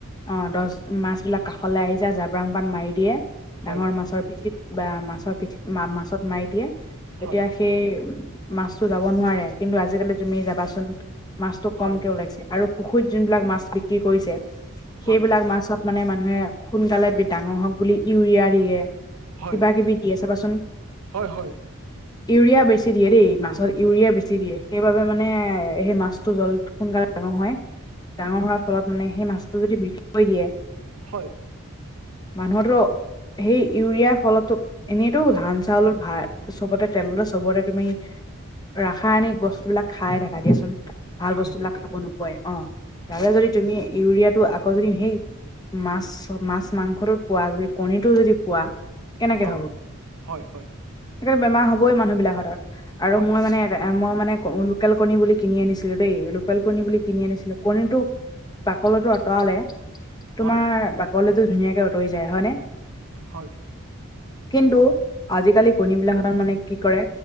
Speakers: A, on the left (about 20°); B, on the right (about 85°).
A: অ দহ মাছ বিলাক কাষলৈ আহি যায় জাবৰাং পাত মাৰি দিয়ে। ডাঙৰ
B: হয়
A: মাছৰ পিঠিত বা মাছৰ পিঠিত মাছত মাৰি দিয়ে তেতিয়া।
B: হয়
A: সেই মাছতটো যাব নোৱাৰে কিন্তু আজিকালি তুমি যাবাচোন। মাছটো
B: হয়
A: কমকে ওলাইছে আৰু পুখুৰীত যোনবিলাক মাছ বিক্ৰী কৰিছে
B: হয়
A: সেইবিলাক মাছত। মানে মানুহে সোনকালে ডাঙৰ হওক বুলি ইউৰিয়া দিয়ে।
B: হয়
A: কিবা কিবি দিযে চাবাচোন।
B: হয় হয় হয়
A: ইউৰিয়া বেছি দিয়ে দেই মাছত ইউৰিয়া বেছি দিয়ে। সেইবাবে মানে সেই মাছটো জল সোনকালে ডাঙৰ হয়। ডাঙৰ হোৱাৰ ফলত মানে সেই মাছটো যদি বিক্ৰী কৰি দিয়ে।
B: হয়।
A: মানুহৰ ত। সেই ইউৰিয়া ফলতো এনেইতো ধান চাউলত ভাত চবতে। তেনলে চবতে তুমি ৰাসায়নিক বস্তু বিলাক খাই থাকা দিয়াচোন। ভাল বস্তু
B: থাকো
A: বিলাক
B: খাই
A: খাব
B: থাকো
A: নোপোৱাই অ তাৰে
B: হয়,
A: যদি তুমি ইউৰিয়াটো আকৌ যদি সি মাছ মাছ মাংসোটো পোৱা যদি কণীটো যদি পোৱা কেনেকে
B: হয়,
A: হ'ব
B: হয়, হয়,
A: সেই বেমাৰ হবই মানুহ বিলাকত আৰু
B: হয়,
A: মই মানে মই মানে লোকেল কণী বুলি কিনি আনিছিলো দেই লোকেল কণী বুলি কিনি আনিছিলো কণীটো বাকলিটো আঁতৰালে
B: হয়,
A: তোমাৰ বাকলিটো ধুনীয়াকে আঁতৰি যায় হয়নে?
B: হয়।
A: কিন্তু আজিকালি কণী বিলাক হতৰ মানে কি কৰে